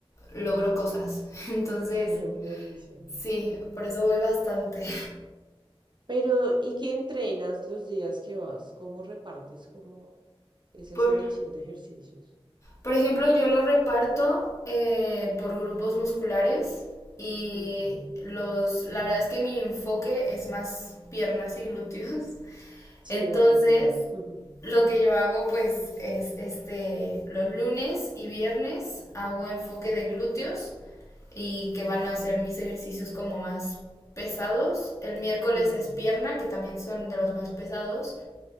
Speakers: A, on the left; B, on the right.
A: logro cosas. <laughs> Entonces,
B: <laughs> Buenísimo.
A: sí, por eso voy bastante.
B: Pero, ¿y qué entrenas los días que vas? ¿Cómo repartes como esa
A: <laughs> Por...
B: selección de ejercicios?
A: Por ejemplo, yo lo reparto eh, por grupos musculares y
B: Ujú.
A: los, la verdad es que mi enfoque es más piernas y glúteos. <laughs>
B: Sí,
A: Entonces,
B: igual el mío. <laughs>
A: lo que yo hago pues es este, los lunes y viernes hago enfoque de glúteos y que van a ser mis ejercicios como más pesados. El miércoles
B: Ujú,
A: es pierna, que también son de los más pesados.